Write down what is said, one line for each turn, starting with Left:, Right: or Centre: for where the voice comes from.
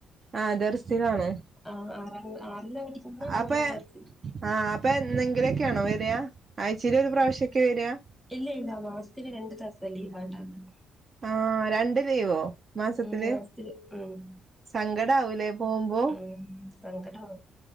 Right: ആഹ് ദെർസിലാണ്
Centre: ആ ആറ ആറില്ല പടിക്കുന്നെ മോന്
Right: അപ്പൊ
Centre: ദർസിൽ
Right: ആഹ് അപ്പൊ എന്നെങ്കിലൊക്കെയാണോ വര്യാ ആഴ്ചയിൽ ഒരു പ്രാവശ്യൊക്കെ വര്യാ
Centre: ഇല്ലെ മാസത്തില് രണ്ടു ദിവസത്തെ ലീവ ഉണ്ടാരുന്നെ
Right: ആഹ് രണ്ട് ലീവോ മാസത്തില്
Centre: ഉം ഉം
Right: സങ്കടവൂലേ പോകുമ്പോ
Centre: ഉം സങ്കടാവും